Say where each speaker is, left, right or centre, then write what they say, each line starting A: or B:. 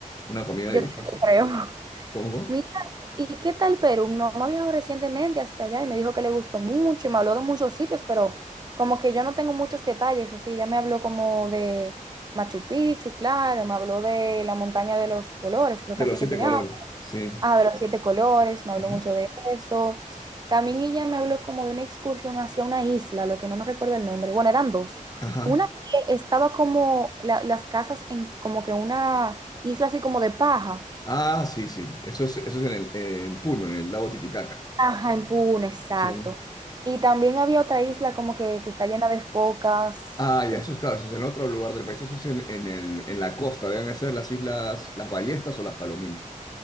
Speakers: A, on the left; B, on the right.
A: una comida
B: Yo
A: deliciosa.
B: no te creo. <laughs>
A: ¿Cómo? cómo?
B: Mira, ¿y qué tal Perú? Mi mamá viajó recientemente hacia allá y me dijo que le gustó mucho y me habló de muchos sitios, pero como que yo no tengo muchos detalles, así ya me habló como de Machu Picchu, claro, me habló de la montaña de los colores, creo
A: De
B: que así
A: los siete
B: que se llama.
A: colores, sí.
B: Ah, de los siete colores, me habló
A: Ajá.
B: mucho de eso. También ella me habló como de una excursión hacia una isla, lo que no me recuerdo el nombre. Bueno, eran dos.
A: Ajá.
B: Una que estaba como la- las casas en como que una isla así como de paja.
A: Ah, sí, sí, eso es, eso es en el, en Puno, en el lago Titicaca.
B: Ajá, en Puno, exacto.
A: Sí.
B: Y también había otra isla como que, que está llena de focas,
A: Ah,
B: que
A: ya, eso es claro, eso es en otro lugar del país, eso es en, en el, en la costa, deben ser las islas, las Ballestas o las Palomino.